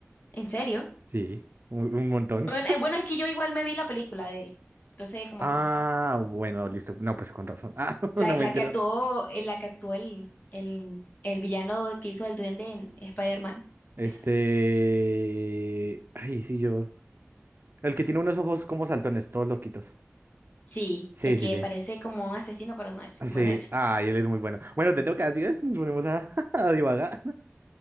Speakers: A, on the left (about 35°); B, on the right (about 45°).
A: ¿En serio?
B: Sí, un un montón.
A: Bueno, eh, bueno, es que yo igual me vi la película de él. Entonces, como
B: Ah,
A: que lo sé.
B: bueno, listo. No, pues con razón. Ah, <laughs> no
A: La,
B: me
A: la
B: enteras.
A: que actuó, eh, la que actuó el, el, el villano que hizo el duende en Spider-Man.
B: Este.
A: Esa.
B: Ay, sí, yo. El que tiene unos ojos como saltones, todos loquitos.
A: Sí,
B: Sí,
A: es que
B: sí, sí.
A: parece como un asesino, pero no es.
B: Ah, Sí.
A: Bueno, es.
B: Ay, él es muy bueno. Bueno, te tengo que decir, nos ponemos a, <laughs> a divagar.